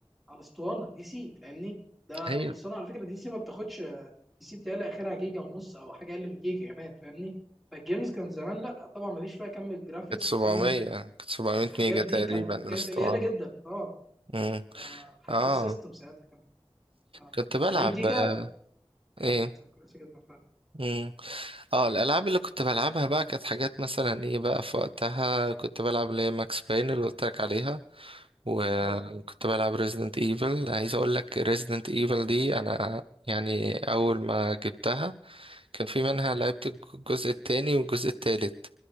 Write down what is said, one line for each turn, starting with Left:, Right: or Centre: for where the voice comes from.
Centre: على اسطوانه دي سي فاهمني ده
Right: ايوه
Centre: الاسطوانه على فكره دي سي ما بتاخدش دي سي بتهيألي اخرها جيجا ونص او حاجه اقل من جيجا كمان فاهمني فالجيمز كان زمان لا طبعا ما فيش فيها كم الجرافيكس
Right: كانت 700
Centre: وكم ال-
Right: كانت 700
Centre: الحاجات
Right: ميجا
Centre: دي
Right: تقريبا
Centre: كانت كانت
Right: الاسطوانة
Centre: قليله جدا اه
Right: مم.
Centre: آه، حتى
Right: اه
Centre: السيستم ساعتها كان آه،
Right: كنت بلعب
Centre: 80 جيجا
Right: آه،
Centre: كانت
Right: ايه
Centre: كويسه جدا فعلا
Right: مم. اه الالعاب اللي كنت بلعبها بقى كانت حاجات مثلا ايه بقى في وقتها كنت بلعب اللي هي ماكس باين اللي قلت لك عليها وكنت
Centre: نو
Right: بلعب ريزيدنت ايفل عايز اقول لك ريزيدنت ايفل دي انا يعني اول ما جبتها كان في منها لعبت الجزء التاني والجزء التالت